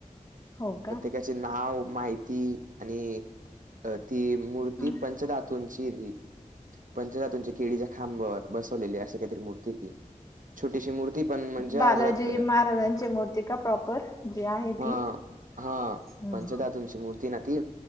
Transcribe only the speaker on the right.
त्याच नाव, माहिती, आणि ती मूर्ती
पंचधातू- <unintelligible> पंचधातूचे केळीचे खांब. बसवलेली असे काहीतरी मूर्ती ये ती. छोटीशी मूर्ती- पण म्हणजे
हा रथ
हा हा
पंचधातुंची मूर्ती ना ती